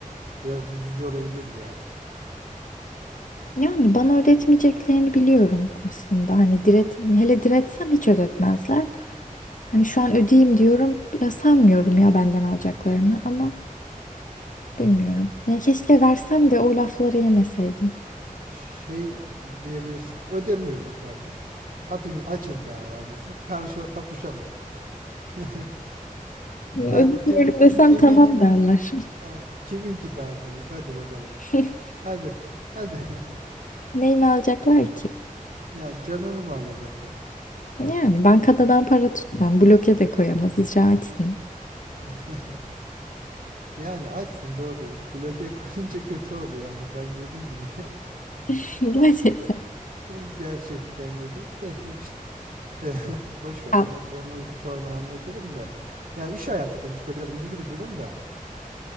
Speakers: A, on the right (about 75°); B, on the left (about 65°).
A: biraz üzücü olabilirdi yani.
B: Yani bana ödetmeyeceklerini biliyorum aslında. Hani diret, hele diretsem hiç ödetmezler. Hani şu an ödeyeyim diyorum. Ya sanmıyorum ya benden alacaklarını ama bilmiyorum. Ya keşke versem de o lafları yemeseydim.
A: Şey diyebilirsin. Ödemiyorum kardeşim. Atın, açın davanızı. Karşı kapışalım. <laughs>
B: Ödemiyorum
A: Hadi kim
B: desem
A: kimin
B: tamam derler.
A: Ha, kiminki daha büyük? Hadi bakalım.
B: <laughs>
A: Hadi. Hadi. <laughs>
B: Neyimi alacaklar ki?
A: Yani canını mı alacaklar?
B: Yani bankada ben para tutmam. Bloke de koyamaz. icra etsin.
A: <laughs> Yani açsın doğru. Bloke koyunca kötü oluyor ama ben yedim bile.
B: <laughs> Gerçekten.
A: <laughs> Gerçekten yedim de işte <laughs> boş ver
B: Ya,
A: sonra onu sonra anlatırım da. Ya iş hayatı sonuçta biraz üzücü bir durum da.